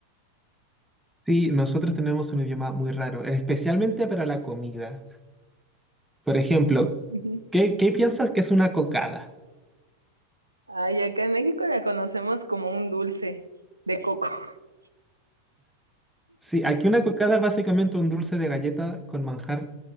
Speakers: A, in the centre; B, on the right (about 80°).
A: Sí, nosotros tenemos un idioma muy raro, especialmente para la comida. Por ejemplo,
B: Ujú.
A: ¿qué, qué piensas que es una cocada?
B: Ay, acá en México la conocemos como un dulce de coco. <laughs>
A: Sí, aquí una cucada es básicamente un dulce de galleta con manjar